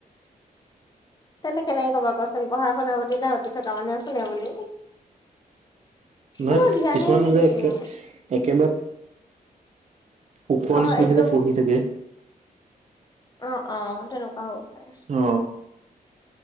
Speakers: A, on the left; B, on the right.
A: তেন্তে কেনেকে কবা কচোন বহা শুনা প্ৰতি গাহতি থকা মানুহে শুনে বুলি কোনেও
B: নহয়
A: ধ্যানেই
B: কিছুমান
A: নিদিয়ে
B: যে একে
A: এনেও।
B: একেবাৰে শুখৰ
A: অ'
B: নিচিনাকে
A: একদম
B: যে পঢ়ি থাকে
A: অ', অ', তেনেকুৱা হ'ব পাৰে
B: অ